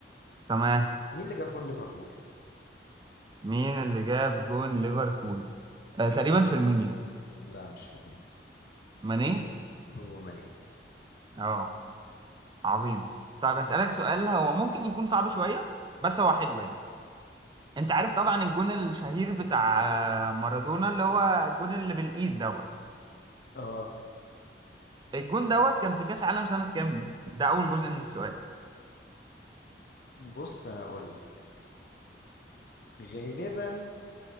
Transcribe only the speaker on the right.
تمام
مين اللي جاب جون ليفربول آه تقريبا فيرمينيو
ماني
اه عظيم طب هسألك سؤال هو ممكن يكون صعب شوية بس هو حلو يعني انت عارف طبعا الجون الشهير بتاع آه، مارادونا اللي هو الجون اللي بالإيد دوت
الجون دوت كان في كأس عالم سنة كام ده أول جزء من السؤال